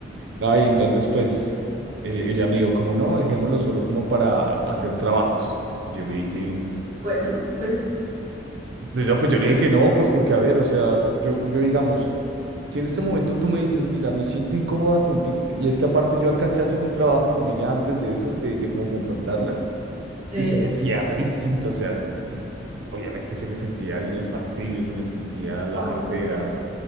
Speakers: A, on the right; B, on the right.
A: Ah, y entonces, pues, eh, ella me dijo como, no, dejémoslo solo como para hacer trabajos. Y yo le dije,
B: bueno, pues
A: pues yo, pues yo le dije que no, pues porque, a ver, o sea, yo, yo digamos, si en este momento tú me dices, mira, me siento incómoda contigo, y es que aparte yo alcancé a hacer un trabajo con ella antes de eso, de, de cómo confrontarla,
B: sí.
A: y se sentía re distinto, o sea, pues, obviamente se le sentía el, el fastidio, se le sentía la
B: Oh,
A: jartera,